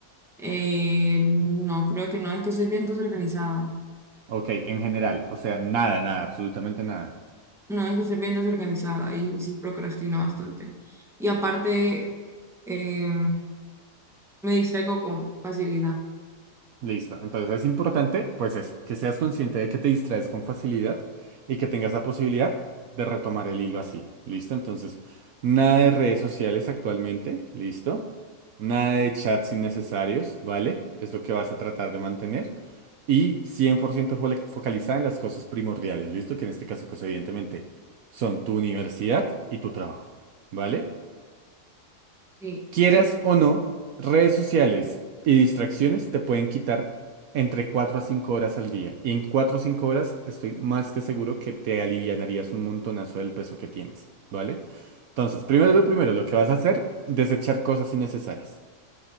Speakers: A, in the centre; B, on the right.
A: Eh, no, creo que no, es que soy bien desorganizada.
B: Ok, en general, o sea, nada, nada, absolutamente nada.
A: No, es que soy bien desorganizada y sí procrastino bastante. Y aparte, eh, me distraigo con facilidad.
B: Listo. Entonces es importante, pues eso, que seas consciente de que te distraes con facilidad y que tengas la posibilidad de retomar el hilo así. ¿Listo? Entonces, nada de redes sociales actualmente. ¿Listo? Nada de chats innecesarios, ¿vale? Es lo que vas a tratar de mantener. Y 100% fole- focalizada en las cosas primordiales, ¿listo? Que en este caso, pues evidentemente, son tu universidad y tu trabajo, ¿vale?
A: Sí,
B: Quieras
A: sí,
B: o no, redes sociales y distracciones te pueden quitar entre 4 a 5 horas al día. Y en 4 o 5 horas estoy más que seguro que te alivianarías un montonazo del peso que tienes, ¿vale? Entonces, primero lo primero, lo que vas a hacer, desechar cosas innecesarias.